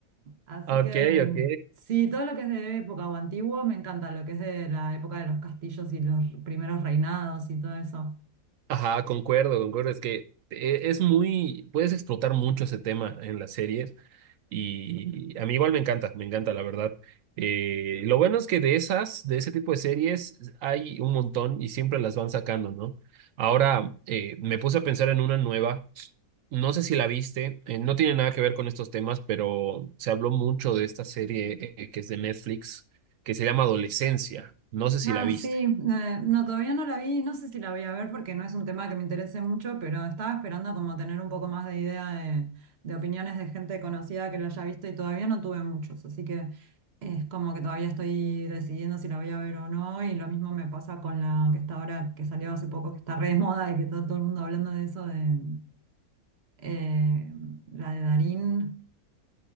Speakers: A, on the right (about 50°); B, on the right (about 70°).
A: Así
B: Ok,
A: que mm,
B: ok.
A: sí, todo lo que es de época o antiguo me encanta, lo que es de la época de los castillos y los primeros reinados y todo eso.
B: Ajá, concuerdo, concuerdo. Es que eh, es muy, puedes explotar mucho ese tema en las series y a mí igual me encanta, me encanta, la verdad. Eh, lo bueno es que de esas, de ese tipo de series hay un montón y siempre las van sacando, ¿no? Ahora eh, me puse a pensar en una nueva, no sé si la viste, eh, no tiene nada que ver con estos temas, pero se habló mucho de esta serie eh, eh, que es de Netflix, que se llama Adolescencia. No sé si
A: Ah,
B: la viste.
A: sí, eh, no, todavía no la vi, no sé si la voy a ver porque no es un tema que me interese mucho, pero estaba esperando como tener un poco más de idea de, de opiniones de gente conocida que la haya visto y todavía no tuve muchos, así que es como que todavía estoy decidiendo si la voy a ver o no y lo mismo me pasa con la que está ahora, que salió hace poco, que está re de moda y que está todo el mundo hablando de eso, de eh, la de Darín